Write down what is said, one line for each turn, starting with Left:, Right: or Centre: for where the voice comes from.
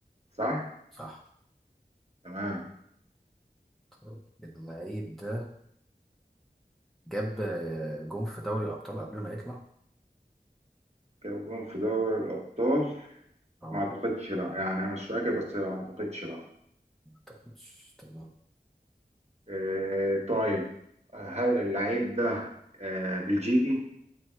Right: صح؟
Centre: صح
Right: تمام
Centre: طيب، اللعيب ده جاب آه، جون في دوري الابطال قبل ما يطلع
Right: جاب جون في دوري الأبطال
Centre: اه
Right: ما أعتقدش لا يعني أنا مش فاكر بس لا ما أعتقدش لا
Centre: 18 تمام
Right: آه، طيب هل اللعيب ده آه، بلجيكي؟